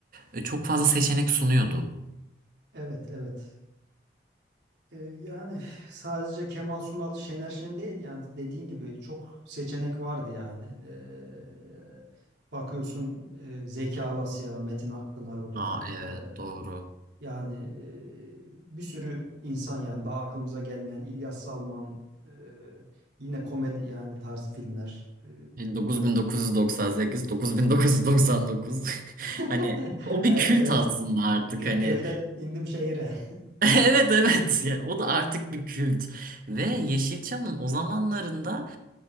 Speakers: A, on the right; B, on the right.
A: e, çok fazla seçenek sunuyordu.
B: Evet evet. Ee, Yani sadece Kemal Sunal, Şener Şen değil yani dediğin gibi çok seçenek vardı yani. Ee, bakıyorsun e, Zeki Alasya, Metin Akpınar o dönem.
A: Aa evet
B: Ee,
A: doğru.
B: yani e, bir sürü insan yani daha aklımıza gelmeyen İlyas Salman, e, yine komedi yani tarzı filmler. Ee,
A: 9998, 9999.
B: <laughs>
A: <laughs> Hani o bir
B: Evet
A: kült
B: evet.
A: aslında artık
B: Kö-
A: hani.
B: köyden indim şehire.
A: <laughs> Evet evet yani o da artık bir kült. Ve Yeşilçam'ın o zamanlarında